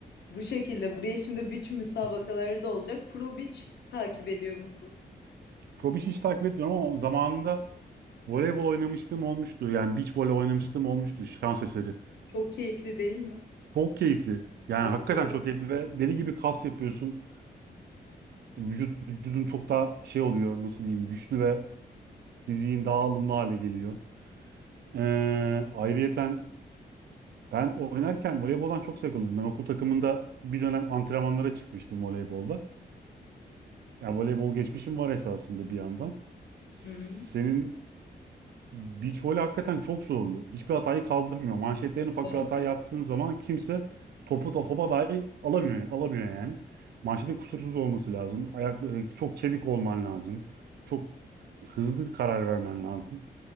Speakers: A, on the left (about 85°); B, on the right (about 70°).
A: Bu şekilde buraya şimdi beach müsabakaları
B: As-
A: da olacak. Pro Beach takip ediyor musun?
B: Pro Beach hiç takip etmiyorum ama zamanında voleybol oynamışlığım olmuştu. Yani beach voley oynamışlığım olmuştu şans eseri.
A: Çok keyifli değil mi?
B: Çok keyifli. Yani
A: Evet.
B: hakikaten çok keyifli ve deli gibi kas yapıyorsun. Vücut vücudun çok daha şey oluyor nasıl diyeyim güçlü ve fiziğin daha alımlı hale geliyor. Ee, ayrıyeten Ben oynarken voleyboldan çok zevk alırdım. Ben okul takımında bir dönem antrenmanlara çıkmıştım voleybolda. Ya voleybol geçmişim var esasında bir yandan. Senin
A: Hı hı.
B: beach voley hakikaten çok zorlu. Hiçbir hatayı kaldırmıyor. Manşette en ufak
A: Ben-
B: bir hata yaptığın zaman kimse topu da hopa dahi alamıyor, alamıyor yani. Manşetin kusursuz olması lazım. Ayaklı, e, çok çevik olman lazım. Çok hızlı karar vermen lazım.